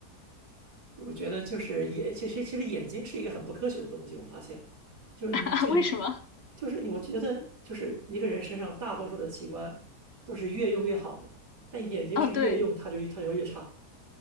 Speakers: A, on the right; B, on the left.
A: 我觉得就是眼，其实其实眼睛是一个很不科学的东西，我发现，就是你就
B: <laughs> 为什么？
A: 就是你，我觉得就是一个人身上大多数的器官都是越用越好的，但眼睛是越用它就它就越差，
B: 哦，对，